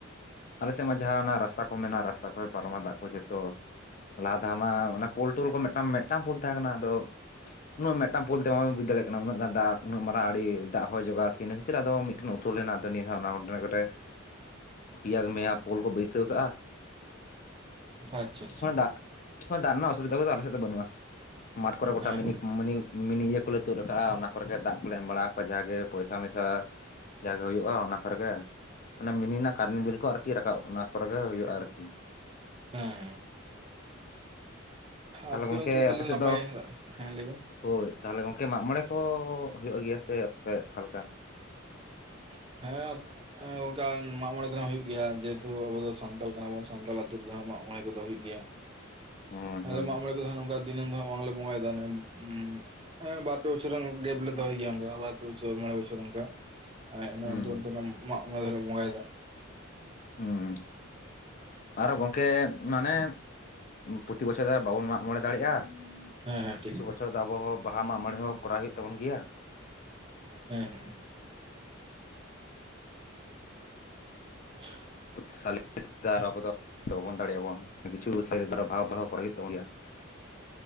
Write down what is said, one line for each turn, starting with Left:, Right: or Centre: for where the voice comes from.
Left: ᱟᱞᱮ ᱥᱮᱫ ᱢᱟ ᱡᱟᱦᱟᱸ ᱚᱱᱟ ᱨᱟᱥᱛᱟ ᱠᱚ ᱢᱮᱱᱟᱜᱼᱟ ᱾ ᱨᱟᱥᱛᱟ ᱠᱚᱭ ᱯᱟᱨᱚᱢᱟ ᱫᱟᱜ ᱠᱚ ᱡᱷᱚᱛᱚ ᱾ ᱞᱟᱦᱟ ᱫᱷᱟᱣ ᱢᱟ ᱚᱱᱟ ᱯᱳᱞ-ᱴᱳᱞ ᱠᱚ ᱢᱤᱫᱴᱟᱝ ᱢᱤᱫᱴᱟᱝ ᱯᱳᱞ ᱛᱟᱦᱮᱸ ᱠᱟᱱᱟ ᱾ ᱟᱫᱚ ᱩᱱᱟᱹᱜ ᱢᱤᱫᱴᱟᱝ ᱯᱳᱞ ᱛᱮ ᱢᱟ ᱵᱮᱱ ᱵᱩᱡᱽ ᱫᱟᱲᱮᱭᱟᱜ ᱠᱟᱱᱟ ᱩᱱᱟᱹᱜ ᱜᱟᱱ ᱫᱟᱜ ᱩᱱᱟᱹᱜ ᱢᱟᱨᱟᱝ ᱟᱲᱮ ᱫᱟᱜ ᱚᱦᱚᱭ ᱡᱚᱜᱟᱣ ᱠᱮᱭᱟ᱾ ᱤᱱᱟᱹ ᱤᱱᱟᱹ ᱠᱷᱟᱹᱛᱤᱨ ᱟᱫᱚ ᱢᱤᱫᱴᱮᱱ ᱟᱹᱛᱩ ᱞᱮᱱᱟ᱾ ᱟᱫᱚ ᱱᱤᱭᱟᱹ ᱫᱷᱟᱣ ᱚᱱᱟ <unintelligible> ᱯᱮᱭᱟ ᱢᱮᱭᱟ ᱯᱳᱞ ᱠᱚ ᱵᱟᱹᱭᱥᱟᱹᱣ ᱠᱟᱜᱼᱟ᱾
Right: ᱟᱪᱪᱷᱟ ᱟᱪᱪᱷᱟ
Left: ᱚᱱᱟ
Right: ᱦᱮᱸ
Left: ᱫᱟᱜᱻ ᱫᱟᱜ ᱨᱮᱱᱟᱜ ᱚᱥᱩᱵᱤᱫᱟ ᱠᱚᱫᱚ ᱟᱞᱮ ᱥᱮᱫ ᱫᱚ ᱵᱟᱹᱱᱩᱜᱼᱟ ᱾ ᱢᱟᱴ ᱠᱚᱨᱮ ᱜᱚᱴᱟ
Right: ᱦᱮᱸ
Left: ᱢᱤᱱᱤ ᱢᱤᱱᱤ ᱢᱤᱱᱤ ᱤᱭᱟᱹ ᱠᱚᱞᱮ ᱛᱩᱫ ᱨᱟᱠᱟᱜᱼᱟ ᱾ ᱚᱱᱟ ᱠᱚᱨᱮ ᱜᱮ ᱫᱟᱜ ᱠᱚᱞᱮ ᱮᱢ ᱵᱟᱲᱟ ᱟᱠᱚᱣᱟ ᱡᱟᱜᱮ ᱯᱚᱭᱥᱟ ᱢᱚᱭᱥᱟ ᱡᱟ ᱜᱮ ᱦᱩᱭᱩᱜᱼᱟ ᱚᱱᱟ ᱠᱚᱨᱮᱜ ᱜᱮ ᱾ ᱚᱱᱮ ᱢᱤᱱᱤ ᱨᱮᱱᱟᱜ ᱠᱟᱨᱮᱱᱴ ᱵᱤᱞ ᱠᱚ ᱟᱨᱠᱤ ᱨᱟᱠᱟᱵ, ᱚᱱᱟ ᱠᱚᱨᱮ ᱜᱮ ᱦᱩᱭᱩᱜᱼᱟ ᱟᱨᱠᱤ᱾
Right: ᱦᱮᱸ ᱦᱮᱸ᱾
Left: ᱛᱟᱦᱚᱞᱮ
Right: ᱟᱯᱮ
Left: ᱜᱚᱝᱠᱮ
Right: ᱚᱱᱛᱮ ᱛᱟᱦᱚᱞᱮ
Left: ᱟᱯᱮ ᱥᱮᱫ
Right: ᱱᱟᱯᱟᱭ
Left: ᱫᱚ, <inaudible>
Right: ᱦᱮᱸ ᱞᱟᱹᱭ ᱵᱮᱱ
Left: ᱦᱳᱭ ᱾ ᱛᱟᱦᱚᱞᱮ ᱜᱚᱝᱠᱮ ᱢᱟᱜᱢᱚᱬᱮ ᱠᱚ ᱦᱩᱭᱩᱜ ᱜᱮᱭᱟ ᱥᱮ, ᱟᱯᱮ ᱚᱠᱟ ᱞᱮᱠᱟ?
Right: <inaudible> ᱦᱮᱸ ᱾ ᱦᱮᱸ, ᱜᱚᱢᱠᱮ ᱢᱟᱜ ᱢᱚᱬᱮ ᱫᱚ ᱦᱟᱸᱜ ᱦᱩᱭᱩᱜ ᱜᱮᱭᱟ ᱾ ᱡᱮᱦᱮᱛᱩ ᱟᱵᱚ ᱫᱚ ᱥᱟᱱᱛᱟᱞ ᱠᱟᱱᱟ ᱵᱚᱱ ᱥᱟᱱᱛᱟᱞ ᱟᱹᱛᱩ ᱨᱮᱫᱚ ᱦᱟᱸᱜ ᱢᱟᱜ ᱢᱚᱬᱮ ᱠᱚᱫᱚ ᱦᱩᱭᱩᱜ ᱜᱮᱭᱟ ᱾
Left: ᱦᱳᱭ
Right: ᱟᱞᱮ
Left: ᱦᱳᱭ
Right: ᱫᱚ ᱢᱟᱜ ᱢᱚᱬᱮ ᱠᱚᱫᱚ ᱦᱟᱜ ᱱᱚᱝᱠᱟ ᱫᱤᱱᱟᱹᱢ ᱫᱚ ᱦᱟᱜ ᱵᱟᱝᱞᱮ ᱵᱚᱸᱜᱟᱭᱮᱫᱟ <unintelligible> ᱦᱮᱸ ᱵᱟᱨᱯᱮ ᱵᱚᱪᱷᱚᱨ ᱜᱮᱵ ᱞᱮ ᱫᱚᱦᱚᱭ ᱜᱮᱭᱟ ᱾ ᱚᱱᱠᱟ ᱵᱟᱨ ᱯᱮ ᱵᱚᱪᱷᱚᱨ ᱢᱚᱸᱬᱮ ᱵᱚᱪᱷᱚᱨ ᱚᱱᱠᱟ ᱾ ᱟᱨ ᱤᱱᱟᱹᱜ
Left: ᱦᱩᱸ
Right: ᱚᱱᱛᱚᱨ ᱚᱱᱛᱚᱨ ᱢᱟᱜ ᱢᱚᱬᱮ ᱫᱚᱞᱮ ᱵᱚᱸᱜᱟᱭᱮᱫᱟ ᱾
Left: ᱦᱩᱸ ᱾ ᱟᱨᱚ ᱜᱚᱢᱠᱮ ᱢᱟᱱᱮ ᱯᱚᱛᱤ ᱵᱚᱪᱷᱚᱨ ᱫᱚ ᱵᱟᱵᱚᱱ ᱢᱟᱜ ᱢᱚᱬᱮ ᱫᱟᱲᱮᱭᱟᱜᱼᱟ ᱾
Right: ᱦᱮᱸ ᱦᱮᱸ
Left: ᱟᱨ ᱠᱤᱪᱷᱩ
Right: ᱴᱷᱤᱠ
Left: ᱵᱚᱪᱷᱚᱨ ᱫᱚ ᱟᱵᱚ ᱦᱚᱸ ᱵᱟᱦᱟ ᱢᱟᱜ ᱢᱚᱬᱮ ᱦᱚᱸ ᱠᱚᱨᱟᱣ ᱦᱩᱭᱩᱜ ᱛᱟᱵᱚᱱ ᱜᱮᱭᱟ ᱾
Right: ᱦᱮᱸ ᱦᱮᱸ ᱾ <inaudible>
Left: <unintelligible> ᱥᱟᱞ ᱫᱚ ᱟᱵᱚ ᱫᱚ ᱵᱟᱵᱚᱱ ᱫᱟᱲᱮᱭᱟᱜ ᱟᱵᱚᱱ ᱾ ᱠᱤᱪᱷᱩ ᱥᱟᱞ ᱫᱚ ᱵᱷᱟᱜ ᱵᱷᱟᱜ ᱦᱩᱭᱩᱜ ᱛᱟᱵᱚᱱ ᱜᱮᱭᱟ ᱾